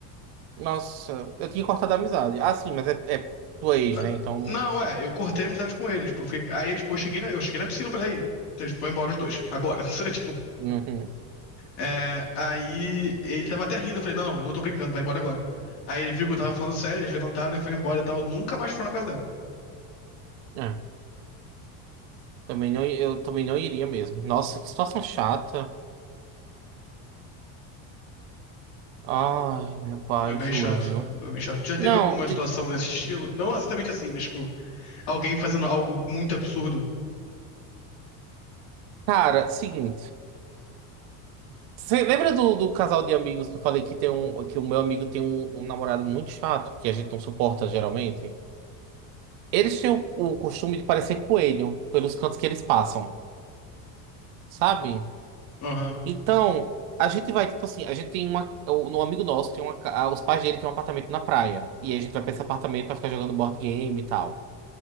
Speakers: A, on the right (about 70°); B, on the left (about 60°).
A: Nossa, eu tinha cortado a amizade. Ah, sim, mas é, é tua ex,
B: Não,
A: né? Então não.
B: não, é, eu cortei a amizade com ele. Tipo, eu fiquei- aí, tipo, eu cheguei na, eu cheguei na piscina e falei, aí, vocês vão embora os dois, agora. <laughs> Sabe, Tipo,
A: Uhum.
B: é, aí ele tava até rindo, eu falei, não, não, eu não tô brincando, vai embora agora. Aí ele viu que eu tava falando sério, eles levantaram e foi embora e tal. Nunca mais foram na casa dela.
A: É, também não, eu também não iria mesmo. Nossa, que situação chata. Ai, meu pai,
B: Foi bem
A: juro,
B: chato,
A: viu?
B: foi bem chato. Já teve
A: Não,
B: alguma
A: de-
B: situação desse <laughs> estilo? Não exatamente assim, mas, tipo, alguém fazendo algo muito absurdo.
A: cara, seguinte. Você lembra do, do casal de amigos que eu falei que tem um, que o meu amigo tem um, um namorado muito chato, que a gente não suporta geralmente? Eles têm o, o costume de parecer coelho pelos cantos que eles passam, sabe?
B: Aham,
A: Então, a gente vai, tipo assim, a gente tem uma. o- Um amigo nosso tem uma. ca- ah, Os pais dele têm um apartamento na praia. E aí a gente vai pra esse apartamento pra ficar jogando board game e tal.